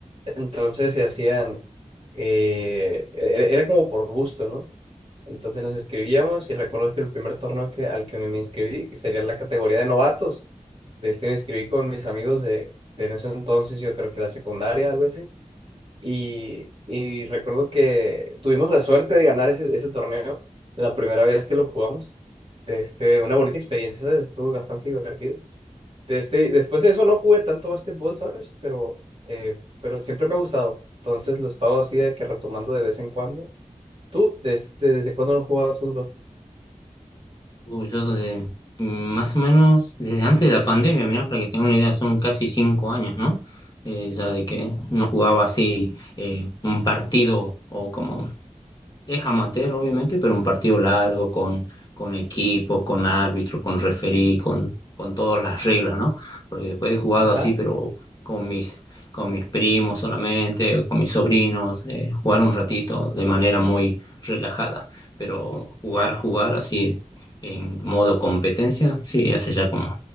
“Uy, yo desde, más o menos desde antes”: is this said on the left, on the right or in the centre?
Left